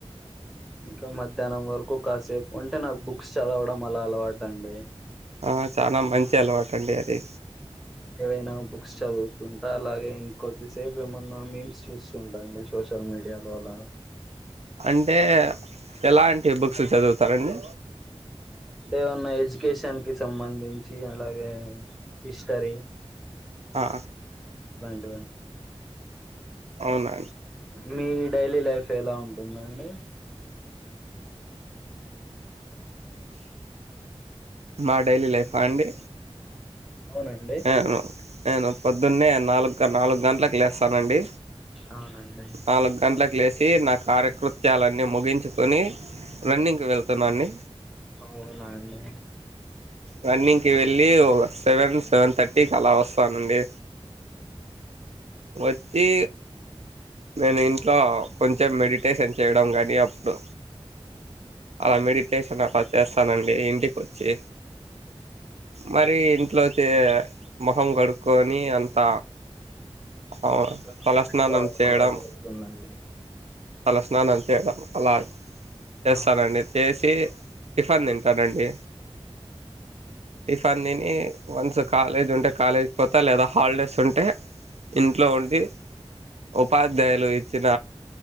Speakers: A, in the centre; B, on the right.
A: ఇంకా మధ్యానం వరకు కాసేపు అంటే నాకు బుక్స్ చదవడం అలా అలవాటండి
B: ఆ చానా మంచి అలవాటు అండి అది
A: ఏవైనా బుక్స్ చదువుతుంటా అలాగే ఇంకోద్దిసేపు ఏమన్నా మీమ్స్ చూస్తుంటాండి సోషల్ మీడియా లో అలా
B: అంటే ఎలాంటి బుక్స్ చదువుతారండి
A: దేమన్న ఎడ్యుకేషన్ కి సంబంధించి అలాగే హిస్టరీ
B: ఆ
A: ఎవండ
B: అవున
A: మీ డైలీ లైఫ్ ఎలా ఉంటుందండి
B: మా డైలీ లైఫా అండి
A: అవునండి
B: నేను నేను పొద్దున్నే నాలుగు-నాలుగు గంటలకు లేస్తానండి
A: అవునండి
B: నాలుగు గంటలకు లేసి నా కార్యకృత్యాలన్నీ ముగించుకొని రన్నింగ్ వెల్ స్తునాన్ని
A: అవునండి
B: రన్నింగ్ కి వెళ్ళి ఓ సెవెన్ సెవెన్థర్టీకి అలావా పనండి వచ్చి నేను ఇంట్లో కొంచెం మెడిటేషన్ చేయడం కానీ అప్పుడు అలా మెడిటేషన్ అలా చేస్తానండి ఇంటికి వచ్చి మరి ఇట్లో వచ్చే మొహం కడుక్కకొని అంత అవు
A: ఇంకా
B: తల స్నానం
A: అవడం
B: చేయటం
A: అలా జరుగుతుందండి
B: తల స్నానం చేయటం అలా చేస్తానండి
A: అవును
B: చేసి ఇ టిఫన్ తింటానండి టిఫిన్ తిని వన్స్ కాలేజ్ ఉంటే కాలేజ్ పోత లేదా హాలిడేస్ ఉంటే ఇంట్లో ఉండి ఉపాధ్యాయులు ఇచ్చిన